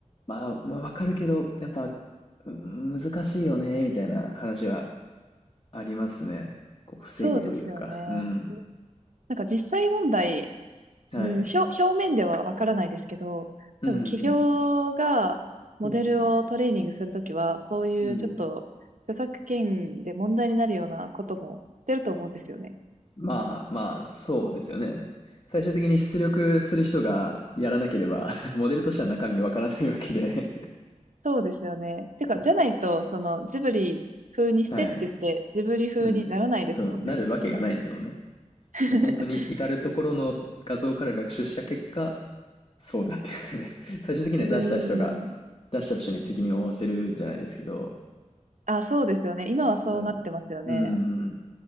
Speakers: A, on the left (about 45°); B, on the right (about 80°).
A: まあ、まあわかるけど、やっぱ、うーん、難しいよね、みたいな話はありますね。こう、防ぐというか、
B: そうですよね。
A: うん。
B: なんか実際問題、
A: はい。
B: うん、表、表面ではわからないですけど、
A: うん、
B: 多分企業がモデルをトレーニングするときは、
A: うん、うん、
B: そういうちょっと著作権で問題になるようなこともしてると思うんですよね。
A: うん。まあまあ、そうですよね。最終的に出力する人がやらなければ <laughs> モデルとしては中身わからないわけで
B: そうですよね。てか、
A: <laughs>
B: じゃないと、その、ジブリ風にしてって言って、
A: はい。
B: ジブリ風にならないですもんね。
A: うん。そう、なるわけがないですもんね。
B: <laughs>
A: もう本当に至るところの画像から学習した結果、そうなってるね。<laughs> 最終的には出した人が、
B: うーん。
A: 出した人に責任を負わせるじゃないですけど、
B: あ、そうですよね。今はそうなってますよね。
A: うん。うん。だ